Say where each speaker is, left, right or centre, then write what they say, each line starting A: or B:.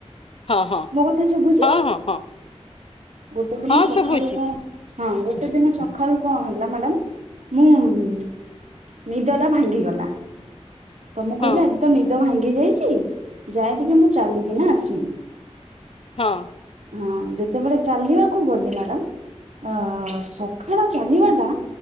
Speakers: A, on the left; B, on the right.
A: ହଁ ହଁ
B: ମୋ କଥା ଶୁଭୁଛି?
A: ହଁ ହଁ ହଁ
B: ଗୋଟେ ଦିନ
A: ହଁ
B: ସଖାଳୁ
A: ଶୁଭୁଛି
B: କଣ ହଁ ଗୋଟେ ଦିନ ସଖାଳୁ କଣ ହେଲା ମ୍ୟାଡାାମ? ମୁଁ ନିଦ ଟା ଭାଙ୍ଗିଗଲା। ତ ମୁଁ କହିଲି
A: ହଁ
B: ଆଜି ତ ନିଦ ଭାଙ୍ଗି ଯାଇଛି ଯାଏ ଟିକେ ମୁଁ ଚାଲିକିନା ଆସିମି।
A: ହଁ।
B: ହଁ ଯେତେବେଳେ ଚାଲିବାକୁ ଗଲି ମ୍ୟାଡାାମ ଅ ସଖାଳ ଚାଲିବା ଟା